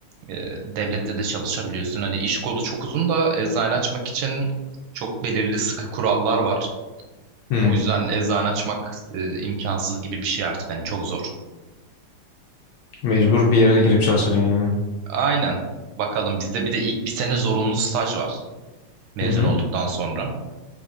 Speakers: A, on the right; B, on the left.
A: Ee, devlette de çalışabiliyorsun. Hani iş kolu çok uzun da eczane açmak için çok belirli sıkı kurallar var.
B: Hmm.
A: O yüzden eczane açmak e, imkansız gibi bir şey artık hani çok zor.
B: Mecbur bir yere girip çalışacaksın
A: Aynen. Bakalım bizde bir de ilk bir sene zorunlu staj var mezun
B: Hı hı.
A: olduktan sonra.